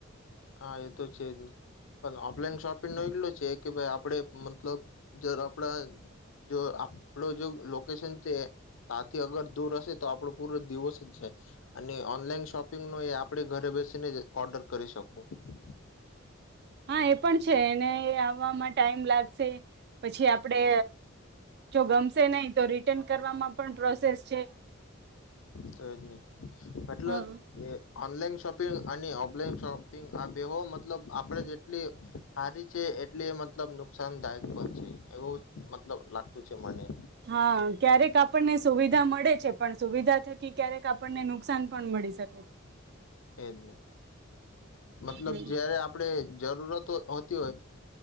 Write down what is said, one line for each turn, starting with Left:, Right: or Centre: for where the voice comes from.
Left: હા એ તો છે જ નહી પણ ઓફલાઈન શોપિંગ નો એટલો છે કે ભાઈ આપડ મતલબ જ આપડા જો આપડો જો લોકેશન તે ત્યાથી અગર દૂર હશે તો આપડું પૂરો દિવસ જ જાય અને ઓનલાઈન શોપિંગ નો એ આપ આપણે ઘરે બેસીને જ ઓર્ડર કરી શકોું. <inaudible>
Right: હા એ પણ છે એને આવવામાં ટાઈમ લાગશે પછી આપડે જો ગમશે નહી તો રિટર્ન કરવામાં પણ પ્રોસેસ છે
Left: તો એ જ નહી એટલે
Right: હા
Left: એ. ઓનલાઈન શોપિંગ અને ઓફલાઈન શોપિંગ આ બેહો મતલબ આપડણે જેટલી સારી છે એટલે મતલબ નુકસાનદાયક પણ છે એવું મતલબ લાગતું છે મને
Right: હા ક્યારેક આપણને સુવિધા મળે છે પણ સુવિધા થકી ક્યારેક આપણને નુકસાન પણ મળી શકે
Left: એજ નહી મતલબ
Right: હમ
Left: જયારે આપણેે જરૂરત હો હોય